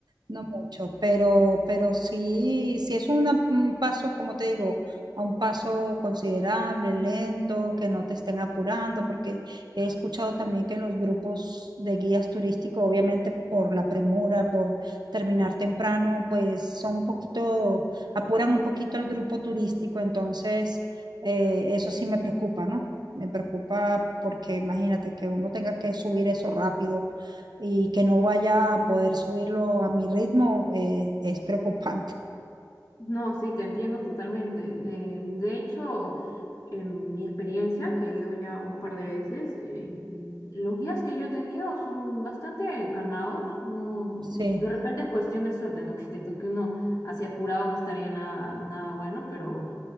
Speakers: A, on the right; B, on the left.
A: No mucho, pero, pero sí, sí es una- un paso, como te digo, a un paso considerable, lento, que no te estén apurando, porque he escuchado también que los grupos de guías turísticos, obviamente por la premura, por terminar temprano, pues son un poquito, apuran un poquito al grupo turístico, entonces eh, eso sí me preocupa, ¿no? Me preocupa porque imagínate que uno tenga que subir eso rápido y que no vaya a poder subirlo a mi ritmo eh, es preocupante. <laughs>
B: No, sí, te entiendo totalmente. Eh, de hecho, en mi experiencia, que he ido ya un par de veces, eh, los guías que yo he tenido son bastante calmados. No,
A: Sí,
B: de repente es cuestión de suerte, ¿no? <laughs> Que te toque uno así apurado no estaría nada, nada bueno, pero